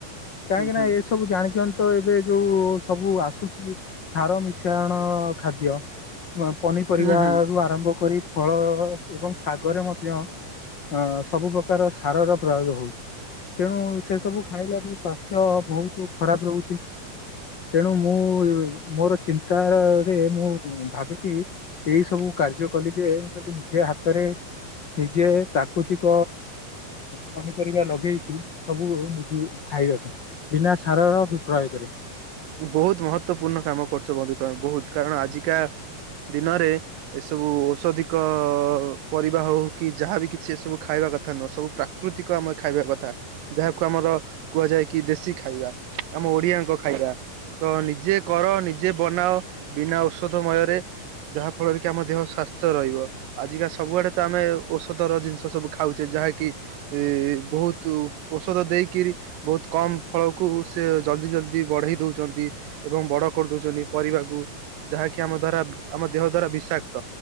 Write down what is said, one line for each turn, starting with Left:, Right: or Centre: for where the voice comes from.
Left: କାହିଁକି
Right: ହୁଁ
Left: ନା
Right: ହୁଁ
Left: ଏସବୁ ଜାଣିଛନ୍ତି ତ ଏବେ ଯୋଉ ସବୁ ଆସୁଛି ସାର ମିଶାଣ ଖାଦ୍ୟ ପନିପରିବାରୁ
Right: ହୁଁ ହୁଁ।
Left: ଆରମ୍ଭ କରି ଫଳ ଏବଂ ଶାଗରେ ମଧ୍ୟ ଅ ସବୁ ପ୍ରକାର ସାରର ପ୍ରୟୋଗ ହଉଛି, ତେଣୁ ସେ ସବୁ ଖାଇଲା ଠୁ ସାସ୍ଥ୍ୟ ବହୁତ ଖରାପ ରହୁଛି, ତେଣୁ ମୁଁ ମୋର ଚିନ ତାରରେ ମୁଁ ଭାବିକି ଏଇ ସବୁ କାର୍ଯ୍ୟ କଲି ଯେ, ମୁଁ କହିଲି ନିଜେ ହାତରେ ନିଜେ ପ୍ରାକୃତିକ ପନି ପରିବା ଲଗେଇକି ସବୁ ନିଜେ ଖାଇବାକୁ। ବିନା ସାରର ପ୍ରୟୋଗ ରେ।
Right: ବହୁତ ମହତ୍ୱପୂର୍ଣ୍ଣ କାମ କରୁଛ ବନ୍ଧୁ ତମେ ବହୁତ କାରଣ ଆଜିକା ଦିନରେ ଏସବୁ ଔଷଧିକ ପରିବା ହଉ କି ଯାହାବି କିଛି ଏସବୁ ଖାଇବା କଥା ନୁହଁ ସବୁ ପ୍ରାକୃତିକ ଆମେ ଖାଇବା କଥା ଯାହାକୁ ଆମର କୁହାଯାଏ କି ଦେଶୀ ଖାଇବା। ଆମ ଓଡିଆଙ୍କ ଖାଇବା। ତ ନିଜେ କର ନିଜେ ବନାଅ ବିନା ଔଷଧମୟରେ ଯାହା ଫଳରେ କି ଆମ ଦେହ ସା ସୁସ୍ଥ ରହିବ ଆଜିକା ସବୁଆଡେ ତ ଆମେ ଔଷଧ ର ଜିନିଷ ସବୁ ଖାଉଛେ ଯାହାକି ଇ ବହୁତୁ ଔଷଧ ଦେଇକିରି ବହୁତ କମ ଫଳ କୁ ସେ ଜଲ୍ଦି ଜଲଦି ବଢେଇ ଦଉଛନ୍ତି ଏବଂ ବଡ କରିଦଉଛନ୍ତି ପରିବାକୁ ଯାହାକି ଆମ ଦ୍ୱାରା ଉଁ ଆମ ଦେହ ଦ୍ଵାରା ବିଷାକ୍ତ।